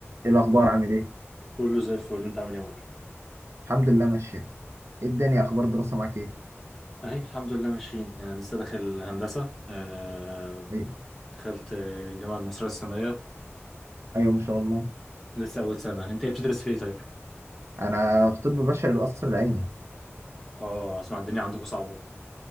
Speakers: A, on the right (about 70°); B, in the centre.
A: ايه الاخبار عامل ايه
B: كله زي الفل انت عامل ايه يا معلم
A: الحمد لله ماشيه ايه الدنيا اخبار الدراسه معاك ايه
B: اهي الحمد لله ماشيين يعني لسه داخل هندسه آه...
A: ايوه
B: دخلت آه، الجامعه المصريه السنيه
A: ايوه ما شاء الله
B: لسه اول سنه انت ايه، بتدرس في ايه طيب
A: انا في طب بشري القصر العيني
B: اه اسمع الدنيا عندكم صعبه